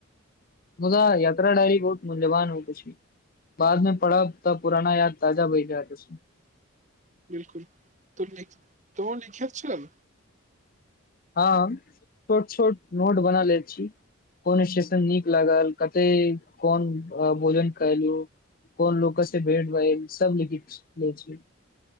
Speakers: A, on the left (about 40°); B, on the right (about 35°).
A: मुदा यात्रा डायरी बहुत मूल्यवान होएत अछि। बाद मे पढ़ब तऽ पुराना याद ताजा भए जाएत अछि।
B: बिल्कुल तु लिख तो लिखैत छै?
A: हम छोट-छोट नोट बना लै छी। कोन स्टेशन नीक लागल, कते कोन अ भोजन कैलु। कोन लोकस से भेट भइल सब लिख लै छीयै।